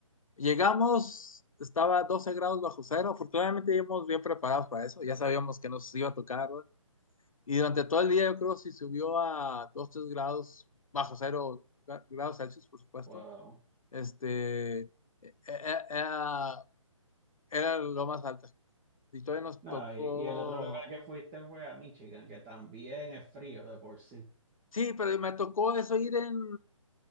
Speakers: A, on the left (about 85°); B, on the right (about 20°).
A: Llegamos, estaba 12 grados bajo cero. Afortunadamente, íbamos bien preparados para eso. Ya sabíamos que nos iba a tocar, ¿no? Y durante todo el día, yo creo, si subió a dos 3 grados, bajo cero grados Celsius, por supuesto,
B: wow.
A: este, e- e- era, era lo más alto. Y todavía nos
B: No,
A: tocó.
B: y, y el otro lugar que fuiste fue a Michigan, que también es frío de por sí.
A: Sí, pero me tocó eso ir en